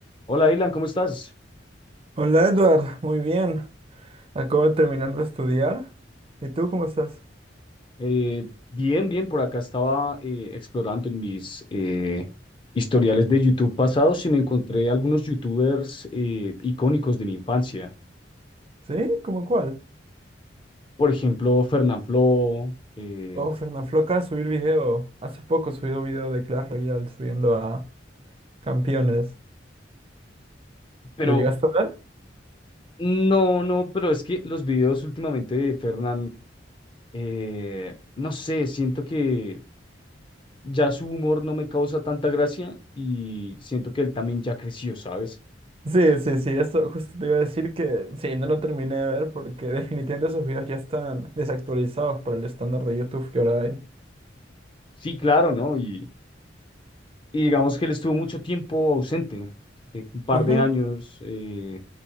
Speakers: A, on the left; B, on the right.
A: Hola, Dylan, ¿cómo estás?
B: Hola Edward, muy bien. Acabo de terminar de estudiar. ¿Y tú cómo estás?
A: Eh, bien, bien, por acá estaba eh, explorando en mis eh, historiales de YouTube pasados y me encontré algunos YouTubers eh, icónicos de mi infancia.
B: ¿Sí? ¿Cómo cuál?
A: Por ejemplo, Fernanfloo, eh,
B: Oh, Fernanfloo, acaba de subir video. Hace poco subió un video de Clash Royale subiendo a campeones.
A: pero
B: ¿Lo llegaste a ver?
A: no, no, pero es que los videos últimamente de Fernan, eh, no sé, siento que ya su humor no me causa tanta gracia y siento que él también ya creció, ¿sabes?
B: Sí, sí, sí, esto justo te iba a decir que sí, no lo terminé de ver porque <laughs> definitivamente esos videos ya están desactualizados para el estándar de YouTube que ahora hay.
A: Sí, claro, ¿no? Y Y digamos que él estuvo mucho tiempo ausente, eh, un par
B: Ujú.
A: de años, eh,